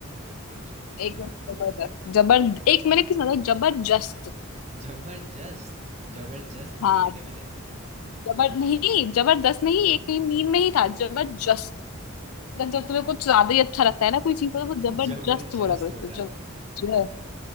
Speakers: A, on the right (about 30°); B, on the left (about 90°).
A: एकदम ज़बरदस्त।
B: एकदम जबरदस्त जबर एक मैंने किस मतलब जबरदस्त
A: ज़बरदस्त! ज़बरदस्त
B: हाँ
A: बोला क्या मैंने अभी?
B: जबर नहीं जबरदस्त नहीं एक कहीं मीम में ही था जबरदस्त मतलब जब तुम्हें कुछ ज्यादा ही अच्छा
A: हाँ।
B: लगता है ना कोई चीज को, तो वो
A: <laughs>
B: जबरदस्त
A: ज़बरदस्त
B: बोला करो उसको
A: हो जाता
B: जब
A: है।
B: ज-